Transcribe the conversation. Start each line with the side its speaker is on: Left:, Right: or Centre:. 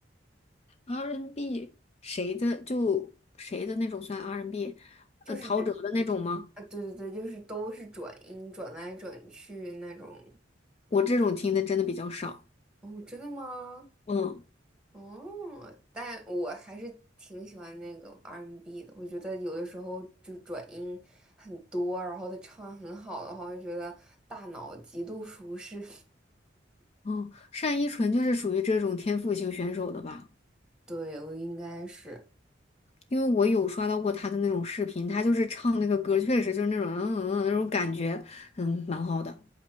Left: R&B n 谁的就谁的那种算 R&B，n
Centre: 就是
Left: 呃，陶喆的那种吗？
Centre: 啊，对对对，就是都是转音转来转去那种。
Left: 我这种听的真的比较少。
Centre: 哦，真的吗？
Left: 嗯，
Centre: 哦，但我还是挺喜欢那个 R&B 的。我觉得有的时候就转音很多，然后他唱很好的话，我就觉得大脑极度舒适。
Left: 嗯，单依纯就是属于这种天赋型选手的吧？
Centre: <laughs> 对，我应该是
Left: 因为我有刷到过她的那种视频，她就是唱那个歌，确实就是那种嗯嗯嗯那种感觉，嗯，蛮好的。